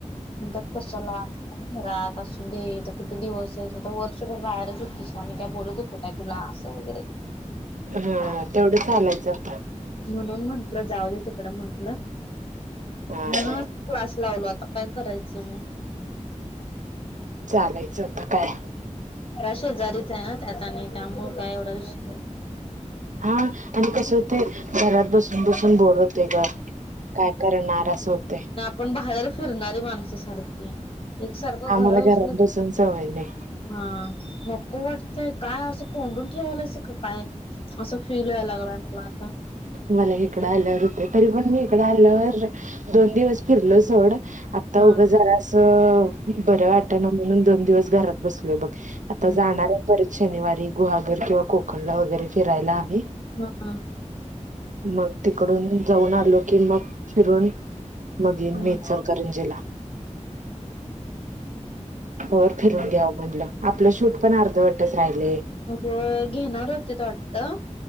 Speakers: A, on the left; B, on the right.
A: म्हणतात कशाला. घरात असू दे. त किती दिवसेत. वर्षभर बाहेरच होतीस. आम्ही का बोलत होतो काय. तुला असं वगैरे.
B: हम्म
A: चालतंय
B: तेवढं लायचं आता.
A: म्हणून म्हंटलं जाऊ दे तिकड म्हंटलं.
B: हा
A: म्हणूनच
B: हा
A: क्लास लावलो आता काय करायचं म?
B: चालायचं आता काय.
A: प्शेजारीचे ना त्यात आणि त्यामुळ काय एवढा विषय नाय.
B: हा आणि कसं होतेय. घरात बसून बसून बोर हो ते ग. काय करणार अस होतेय.
A: पण बाहेर फिरणारी माणसं सारखी. एकसारखं
B: आम्हाला
A: घरात बसलं
B: बसून सवय नाही
A: हा, नक्को वाटतंय. काय असं कोंडून ठेवायलस का काय? असं फील व्हायला लागलाय मला आता.
B: मला इकडं आल्यावर होते. तरी पण मी इकडं आल्यावर दोन दिवस फिरलो सोड. आता
A: हा
B: उगं जरासं बर वाटान, म्हणून दोन दिवस घरात बसलोय बघ. आता
A: हम्म.
B: जाणारे परत शनिवारी गुहागर किंवा कोकणला वगैरे फिरायला आम्ही.
A: हम्म.
B: मग तिकडून जाऊन आलो की मग फिरून. मग येईन
A: हम्म
B: मी इचलकरंजीला. तवर फिरून
A: हम्म.
B: घ्या म्हटलं. आपलं शूट पण अर्धवटच राहिलय.
A: होय, घेणार होते त वाटत.